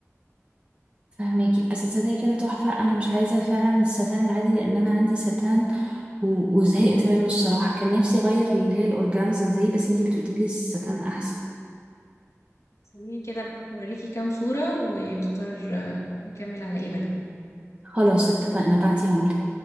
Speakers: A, on the right (about 20°); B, on the left (about 70°).
A: فهماكي بس تصدقي كده تحفة أنا مش عايزة فعلا الستان العادي لأن أنا عندي ستان و- وزهقت منه الصراحة كان نفسي أغير اللي هي الأورجانزا دي بس انتي بتقوليلي الستان أحسن
B: خليني كده بوريكي كام صورة ونختار آه، نكمل على ايه منهم
A: خلاص اتفقنا بعتيهم لي.